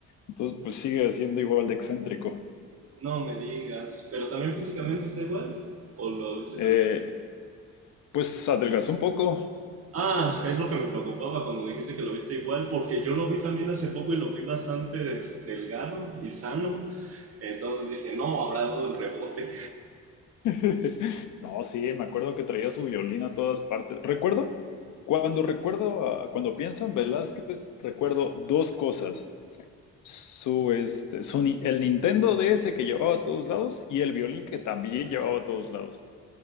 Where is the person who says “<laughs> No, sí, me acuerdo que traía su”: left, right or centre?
Left